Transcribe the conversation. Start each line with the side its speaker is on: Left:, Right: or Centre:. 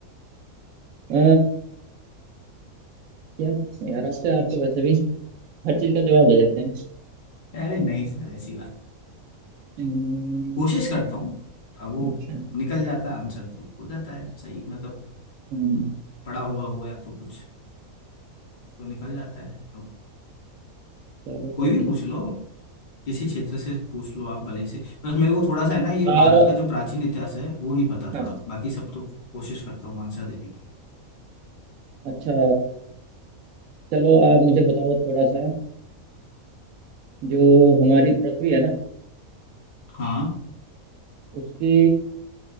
Right: अ, क्या पूछूं यार आपसे आप तो वैसे भी हर चीज का जवाब दे देते हैं
Left: अरे नहीं सर ऐसी बात
Right: हम्म,
Left: कोशिश करता हूँ अब वो
Right: अच्छा
Left: निकल जाता है आंसर तो हो जाता है सही मतलब
Right: हम्म,
Left: पड़ा हुआ हो या तो कुछ तो निकल जाता है तो
Right: चलो
Left: कोई
Right: कोई
Left: भी
Right: नहीं
Left: पूछ लो किसी क्षेत्र से पूछ लो आप भले ही से बस मेरे को थोड़ा सा है ना ये
Right: तार
Left: भारत का जो प्राचीन इतिहास है वो नहीं पता
Right: हाँ
Left: थोड़ा बाकी सब तो कोशिश करता हूँ आंसर देने की
Right: अच्छा चलो आप मुझे बताओ थोड़ा सा जो हमारी पृथ्वी है ना
Left: हाँ
Right: उसकी